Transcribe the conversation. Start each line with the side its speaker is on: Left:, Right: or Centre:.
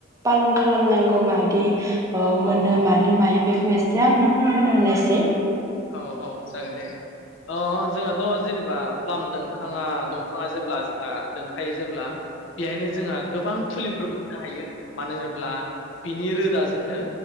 Right: फालन खालामनांगौ मादि ओ मोनो
Left: औ औ
Right: मादि मायो बेखौ एसे। जे आंनो फोरमायना होनाय एसे।
Left: औ औ जागोन दे ओ जोंहाथ' जेनेबा प्लाम दोनखाङा दंफाङा जेब्ला ओ दंखायो जेब्ला बेहायनो जोंहा गोबां फुलिफोर मोननो हायो मानो होनोब्ला बिनि रोदाजोंनो